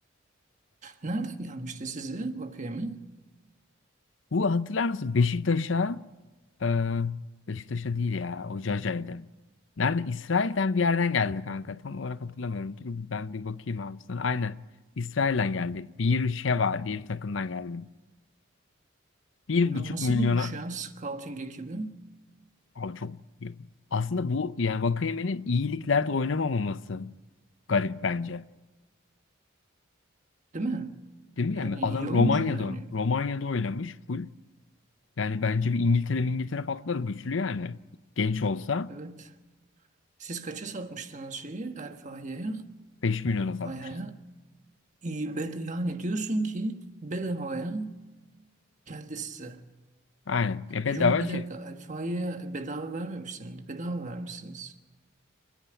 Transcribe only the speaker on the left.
Bu hatırlar mısın? Beşiktaş'a Ee, Beşiktaş'a değil ya. O Jaja'ydı. Nerede? İsrail'den bir yerden geldi kanka. Tam olarak hatırlamıyorum. Dur ben bir bakayım abi sana. Aynen. İsrail'den geldi. Bir Sheva diye bir takımdan geldi. Bir
buçuk
milyona.
Abi çok. Aslında bu yani Vakayeme'nin iyiliklerde oynamamaması garip bence.
Değil mi?
Yani adam
Romanya'da.
Romanya'da oynamış full. Yani bence bir İngiltere İngiltere patlar güçlü yani. Genç olsa
5 milyona
satmışız.
Aynen. Ya bedava
şey.